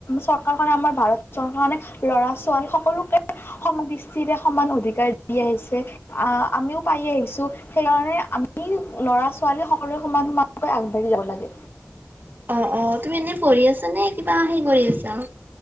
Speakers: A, on the left (about 75°); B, on the right (about 55°).
A: চৰকাৰ খনে আমাৰ ভাৰত চৰকাৰ খনে ল'ৰা ছোৱালী সকলোকে সম দৃষ্টিৰে সমান অধিকাৰ দি আহিছে আ আমিও পাই আহিছো সেইকাৰণে আমি লৰা ছোৱালী হক সকলৰে সমান সমানকৈ আগবাঢ়ি যাব লাগে।
B: অ অ তুমি এনেই পঢ়ি আছা নে কিবা হে কৰি আছা?